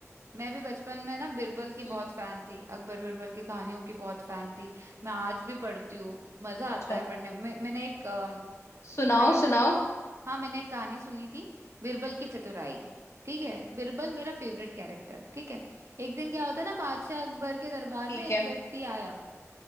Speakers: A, on the right; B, on the left.
A: मैं भी बचपन में ना बिरबल की बहुत
B: हम्म
A: फैन थी अकबर बिरबल की कहानियों की बहुत फैन थी मैं आज भी पढ़ती हूँ मजा
B: अच्छा
A: आता है पढ़ने में मैंने एक अम,
B: सुनाओ
A: कहानी
B: सुनाओ
A: हाँ मैंने एक कहानी सुनी थी बिरबल की चतुराई ठीक है बिरबल मेरा फेवरेट कैरेक्टर ठीक है एक दिन क्या होता है ना बादशाह अकबर के दरबार
B: ठीक
A: में एक
B: है
A: व्यक्ति आया